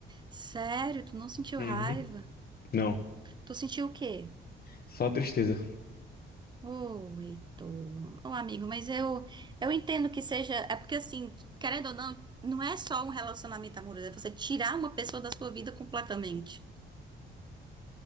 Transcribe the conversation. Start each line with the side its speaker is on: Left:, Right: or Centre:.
Right: Sério, tu não sentiu
Left: Uhum.
Right: raiva?
Left: Não,
Right: Tu sentiu o quê?
Left: só tristeza.
Right: Ô, Heitor. Ô, amigo, mas eu, eu entendo que seja. É porque, assim, querendo ou não, não é só um relacionamento amoroso, é você tirar uma pessoa da sua vida completamente.